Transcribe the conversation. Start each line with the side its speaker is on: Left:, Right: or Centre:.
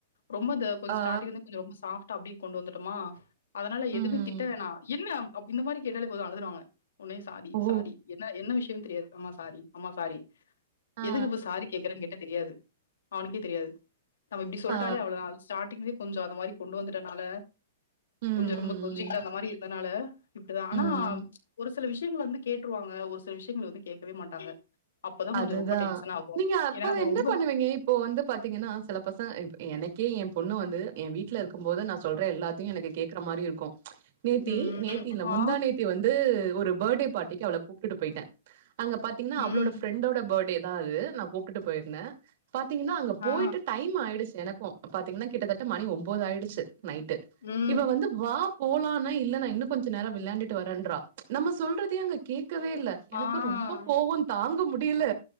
Left: ரொம்ப இந்த கொஞ்ச
Right: ஆ
Left: ஸ்டார்டிங்ல இருந்து கொஞ்ச ரொம்ப சாஃப் ட்டா அப்டி கொண்டு வந்துட்டோமா அதனால எதுமே
Right: ம்
Left: திட்ட வேணா என்ன இந்த மாரி கேட்டாலே போது அழுதுருவாங்க உன்னே சாரி
Right: ஓ
Left: சாரி என்ன என்ன விஷயோ தெரியாது அம்மா சாரி அம்மா சாரி
Right: ஆ
Left: எதுக்கு இப்ப சாரி கேக்குறன் கேட்ட தெரியாது அவுனுக்கே தெரியாது நம்ம இப்டி சொல்ட்டாலே
Right: ஆ
Left: அவ்ளோத ஸ்டார்ட்டிங்லே கொஞ்சோ அந்த மாரி கொண்டு வந்துறதுனால
Right: ம்
Left: கொஞ்ச ரொம்ப
Right: ம்
Left: கொஞ்சுக்கிட்டு அந்த மாரி இருந்தனால இப்டிதா ஆனா
Right: ம்
Left: ஒரு சில விஷயங்கள் வந்து கேட்ருவாங்க ஒரு சில விஷயங்கள வந்து கேட்கவே மாட்டாங்க அப்பதா கொஞ்சோ
Right: அதுதா
Left: ரொம்ப டென்ஷனாகு
Right: நீங்க அப்ப
Left: ஏன்னா
Right: அத
Left: நம்ம
Right: என்ன
Left: ரொம்ப
Right: பண்ணுவீங்க இப்போ வந்து பாத்தீங்கனா சில பசங்க எனக்கே என் பொண்ணு வந்து என் வீட்ல இருக்கு போது நா சொல்ற எல்லாத்த யு எனக்கு கேக்குற மாரி இருக்கு நேத்தி
Left: ம்,
Right: நேத்தி இல்ல
Left: ஆ,
Right: முந்தா நேத்தி வந்து ஒரு பர்த்டே பார்ட்டிக்கு அவள கூப்ட்டுட்டு போய்ட்ட அங்க பாத்தீங்கனா
Left: ம்,
Right: அவளோட ஃப்ரெண்டோட பர்த்டே தா அது நா கூப்ட்டு போயிருந்த பாத்தீங்கனா அங்க போய்ட்டு
Left: ஆ,
Right: டைம் ஆயிடுச்சு எனக்கு பாத்தீங்கனா கிட்டத்தட்ட மணி ஒன்போது ஆயிடுச்சு நைட்டு
Left: ம்,
Right: இவ வந்து வாப் போலானா இல்ல நா இன்னு கொஞ்சோ நேர விளாண்டுட்டு வரேன்றா நம்ம சொல்றதே அங்க கே கேக்கவே இல்ல எனக்கு
Left: ஆ
Right: ரொம்ப கோப தாங்க முடி ல்ல